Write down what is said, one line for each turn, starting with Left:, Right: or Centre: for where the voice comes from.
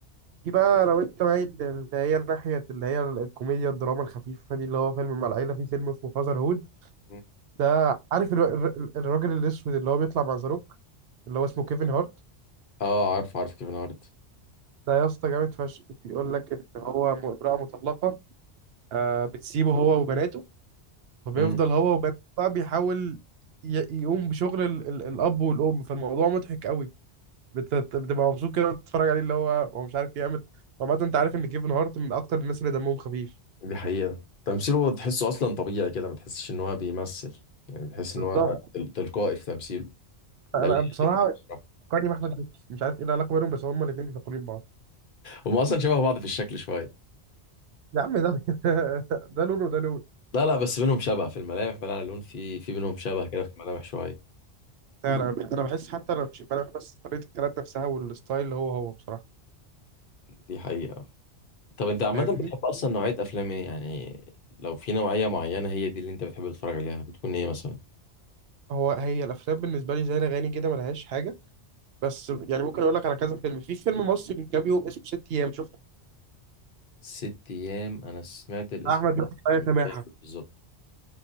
Right: دي بقى لو انت معايا اللي هي ناحيه اللي هي الكوميديا الدراما الخفيفه دي اللي هو فيلم مع العيله في فيلم اسمه فازر هود
Left: مم.
Right: ده عارف الر- الر- الراجل الاسود اللي هو بيطلع مع زاروك اللي هو اسمه كيفن هارت
Left: اه عارف عارف كيفن هارت
Right: ده يا اسطى جامد فشخ بيقول لك ان هو م- امراه مطلقه آه بتسيبه هو وبناته فبيفضل
Left: مم.
Right: هو وبناته بقى بيحاول ي- يقوم بشغل ال- ال- الاب والام فالموضوع مضحك قوي بت- بتبقى مبسوط كده وانت بتتفرج عليه اللي هو هو مش عارف يعمل عامة انت عارف ان كيفن هارت من اكتر الناس اللي دمهم خفيف
Left: دي حقيقة تمثيله تحسه أصلا طبيعي كده ما تحسش إن هو بيمثل يعني بتحس إن
Right: بالظبط
Left: هو تل- تلقائي في تمثيله ده
Right: انا
Left: اللي
Right: بصراحة
Left: يعجبني بصراحة
Right: فكرني باحمد مكي مش عارف ايه العلاقة بينهم بس هما الاثنين بيفكرين ببعض
Left: هما أصلا شبه بعض في الشكل شوية
Right: يا عم ده <laughs> ده لون وده لون
Left: لا لا بس بينهم شبه في الملامح بعيد عن اللون في في بينهم شبه كده في الملامح شوية
Right: فعلا انا بحس حتى انا مش انا بس طريقة الكلام نفسها والستايل اللي هو هو بصراحة
Left: دي حقيقة طب أنت عامة
Right: فاهمني
Left: بتحب أصلا نوعية أفلام إيه يعني لو في نوعية معينة هي دي اللي أنت بتحب تتفرج عليها بتكون إيه مثلا
Right: هو هي الافلام بالنسبة لي زي الاغاني كده ملهاش حاجة بس يعني ممكن اقول لك على كذا فيلم في فيلم مصري من كام يوم اسمه ست ايام شفته
Left: ست أيام أنا سمعت الاسم
Right: بتاع احمد
Left: بس
Right: مالك وآية
Left: مش
Right: سماحة
Left: فاكر بالظبط